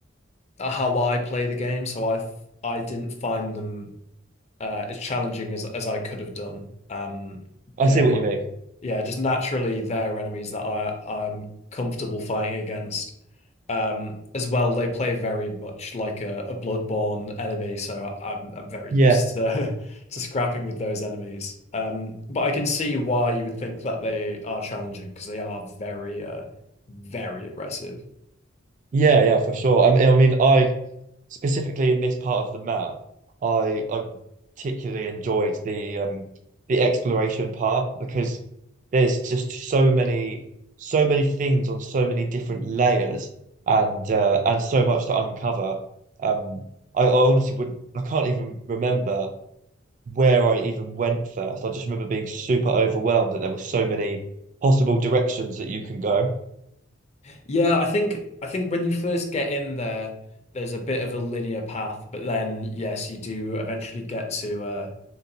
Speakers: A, on the left; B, on the right.
A: uh, how I play the game, so I I f- I didn't find them uh, as challenging as as I could have done. Um, yeah,
B: I see what
A: li-
B: you mean.
A: yeah, just naturally they're enemies that I I'm comfortable fighting against. Um, as well, they play very much like a, a Bloodborne enemy, so I'm I'm very
B: Yeah,
A: used to <laughs> to scrapping with those enemies. Um, but I can see why you would think that they are challenging because they are very uh very aggressive.
B: yeah, yeah, for sure. I mean, I mean, I specifically in this part of the map, I I particularly enjoyed the um the exploration part because there's just so many so many things on so many different layers and uh, and so much to uncover. Um, I, I honestly wouldn't I can't even remember where I even went first. I just remember being super overwhelmed that there were so many possible directions that you can go.
A: Yeah, I think I think when you first get in there, there's a bit of a linear path, but then yes, you do eventually get to uh